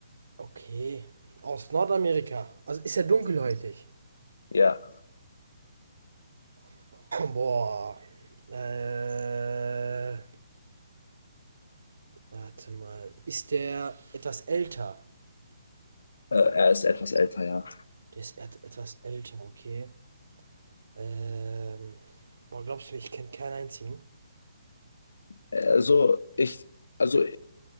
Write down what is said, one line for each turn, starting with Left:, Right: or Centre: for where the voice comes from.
Right: Okay. Aus Nordamerika. Also ist ja dunkelhäutig.
Left: Ja,
Right: Boah. Äh, warte mal. Ist der etwas älter?
Left: äh, er ist etwas älter, ja.
Right: Der ist et etwas älter, okay. Ähm, boah, glaubst du mir, ich kenne keinen einzigen?
Left: Also ich, also